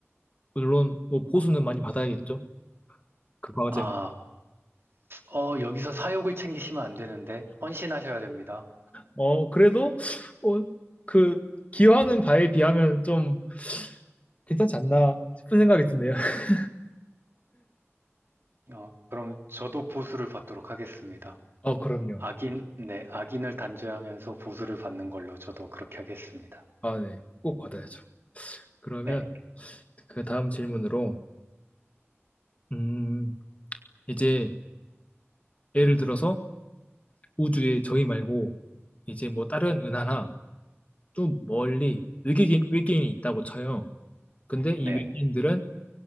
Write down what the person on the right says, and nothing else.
아, 어, 여기서 사욕을 챙기시면 안 되는데, 헌신하셔야 됩니다.
어, 그럼 저도 보수를 받도록 하겠습니다.
악인, 네, 악인을 단죄하면서 보수를 받는 걸로 저도 그렇게 하겠습니다.
네,
네,